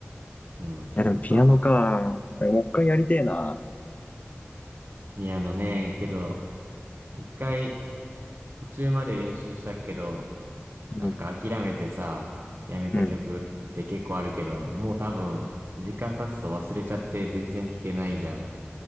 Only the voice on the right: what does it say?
うん、
なんか、
宮野ね、けど、一回、と途中まで練習したけど、
なんか諦めてさ、やめた曲って結構あるけど、
もう多分、時間経つと忘れちゃって全然弾けないじゃん。